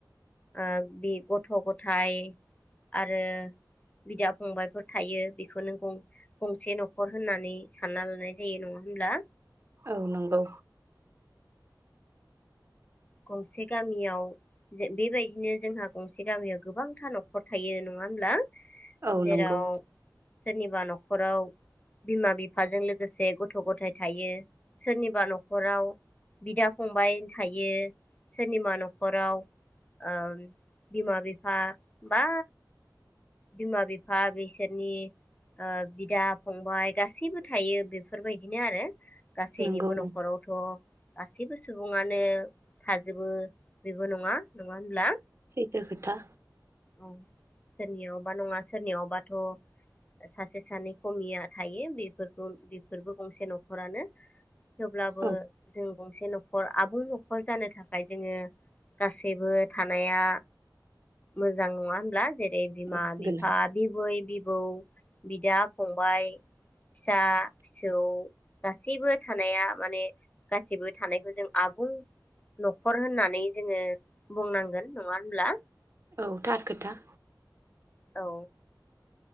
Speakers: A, on the left; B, on the right.
A: ओ बे गथ गथाय आरो बिदा फंबायफोर थायो बेखौनो जों गंसे नखर होननानै सानना लानाय जायो नङा होमब्ला
B: औ नंगौ
A: गंसे गामियाव बेबायदिनो जोंहा गंसे गामियाव गोबांथा नखर थायो नङा होमब्ला
B: औ
A: जेराव
B: नंगौ
A: सोरनिबा न खराव बिमा बिफाजों लोगोसे गथ गथाय थायो सोरनिबा नखराव बिदा फंबाय थायो, सोरनिबा नखराव ओ बिमा बिफा बा बिमा बिफा बिसोरनि ओ बिदा फंबाय गासैबो थायो बेफोरबायदिनो आरो गासैनिबो
B: नंगौ
A: नखरावथ गासैबो सुबुङानो थाजोबो बेबो नङा नङा होनब्ला
B: थो खोथा
A: औ सोरनियावबा नङा सोरनियावबाथ सासे सानै खमिया थायो बेफोरखौ बेफोरबो गंसे नखरानो थेवब्लाबो
B: औ
A: जों गंसे नखर आबुं नखर जानो थाखाय जोङो गासैबो थानाया मोजां नङा होनब्ला जे बिमा
B: औ
A: बिफा
B: गोनां
A: बिबै बि बौ, बिदा फंबाय, फिसा फिसौ गासैबो थानाया माने गासैबो थानायखौ जों आबुं नखर होननानै जोङो बुंनांगोन नङा होनब्ला
B: औ थार खोथा
A: औ